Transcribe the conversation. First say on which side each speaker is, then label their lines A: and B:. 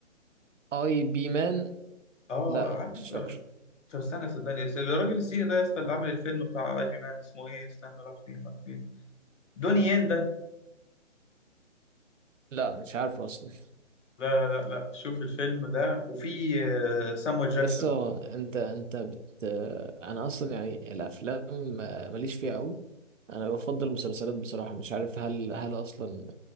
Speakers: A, on the right (about 80°); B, on the left (about 70°).
A: اي بي مان
B: اه
A: لا
B: عارف
A: مش
B: أنت-
A: فاكره
B: طب استنى صدقني الراجل الصيني ده يا اسطى اللي عمل الفيلم بتاع اي بي مان اسمه ايه استنى راح فين راح فين دوني ين ده
A: لا مش عارفه اصلا
B: لا لا لا لا شوف الفيلم ده وفي آه، سامويل جاكسون
A: يسا انت انت بت انا اصلا يعني الافلام ما- ماليش فيها قوي انا بفضل المسلسلات بصراحة مش عارف هل هل اصلا